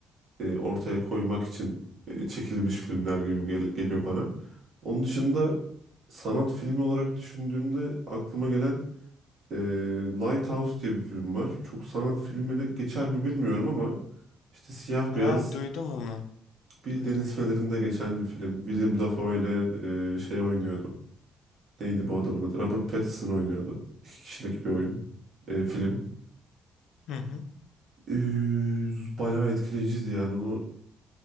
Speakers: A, on the right; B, on the left.
A: e, ortaya koymak için e, çekilmiş filmler gibi gel- geliyor bana. Onun dışında sanat filmi olarak düşündüğümde aklıma gelen ee, Lighthouse diye bir film var. Çok sanat filmine geçer mi bilmiyorum ama işte siyah
B: Ha,
A: beyaz
B: duydum onu.
A: bir
B: Duydum.
A: deniz fenerinde geçen bir film. William Dafoe ile e, şey oynuyordu. Neydi bu adamın adı? Robert Pattinson oynuyordu. İki kişilik bir oyun. e, film.
B: Hı hı.
A: Ee, bayağı etkileyiciydi yani onu